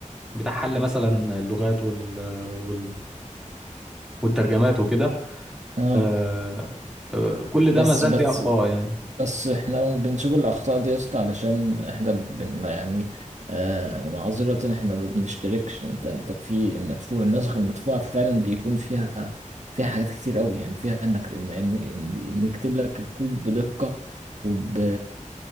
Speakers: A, in the centre; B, on the right.
A: بتاع حل مثلا اللغات وال... وال... والترجمات وكده
B: اه
A: آه، آه، كل
B: بس
A: ده ما زال
B: بس
A: فيه اخطاء يعني
B: بس احنا بنشوف الأخطاء دي يا اسطى علشان احنا بن ما يعني آه معذرة احنا ما بنشتركش انت انت في المدفوع النسخ المدفوعة فعلا بيكون فيها فيها حاجات كتير قوي يعني فيها انك ان ان ان إن يكتب لك الكود بدقة وب